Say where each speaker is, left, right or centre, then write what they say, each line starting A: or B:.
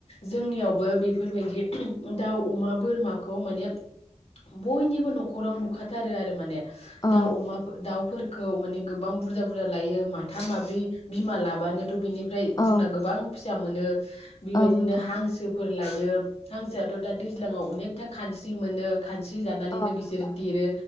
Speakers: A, on the left; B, on the left.
A: जोंनियाव बेफोरबायदि दाउ अमा बोरमा खौ माने बयनिबो न'खराव नुखाथारो आरो माने
B: औ
A: दाउ अमा दाउ फोरखौ माने गोबां बुरजा बुरजा लायो माथाम माब्रै बिमा लाबानोथ' बिनि ओमफ्राय
B: औ
A: जोंना गोबां फैसा मोनो बेबायदिनो
B: औ नंगौ
A: हांसोफोर लायो हांसोआथ' दा दैज्लांयाव अनेक <unintelligible> खानस्रि मोनो खानस्रि जानानैनो
B: औ
A: बिसोरो
B: नंगौ
A: देरो